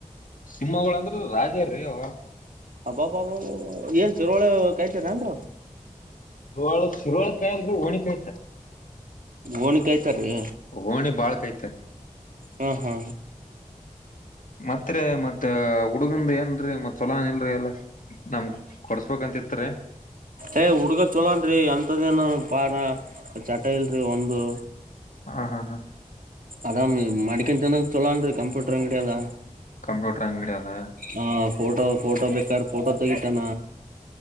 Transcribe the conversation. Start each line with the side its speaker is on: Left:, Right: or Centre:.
Left: ಸಿಂಹಳ ಗೋಳ ಅಂದ್ರ ರಾಜಾ ರಿ ಅವ್ರ
Right: ಅಬ್ಬಾಬ್ಬಾಬ ಏನ್ ಸುರುಳೆ ಕಾಯ್ತೀರ ಅಂಗ.
Left: ಹಳ ಶುರುವಳ ಕಾಯಿ ಅಲ್ರ ಹೋಣಿ ಕಾಯ್ತ.
Right: ಓಣಿ ಕಾಯ್ತಾರೀ
Left: ಹೋಣಿ ಬಾಳ್ ಕೈ್ತ.
Right: ಹೂ ಹೂ
Left: ಮತ್ತ ಮತ್ ಹುಡುಗಂದ ಏನ್ರೀ ಮತ್ತ್ ಚಲೋಏ ಇಲ್ರಿ ಎಲ್ಲ ನಮ್ ಕೊಡ್ಸ್ಬೇಕಂತಿತ್ರಿ.
Right: ಏ್ ಹುಡ್ಗ ಚೋಲನ್ರಿ ಎಂತದೇನು ಪಾರ ಚಟ ಇಲ್ರಿ ಒಂದು.
Left: ಹಾ ಹಾ ಹಾ.
Right: ಅದಾಮ್ ಮಡಿಕನ್ ತನದ ಚೊಲೋ ಅನ್ರಿ ಕಂಪ್ಯೂಟರ್ ಅಂಗಡಿ ಅದ.
Left: ಕಂಪ್ಯೂಟರ್ ಅಂಗಡಿ ಅದ
Right: ಹ ಫೋಟೋ ಫೋಟೋ ಬೇಕಾರ ಫೋಟೋ ತೆಗಿತಾನ.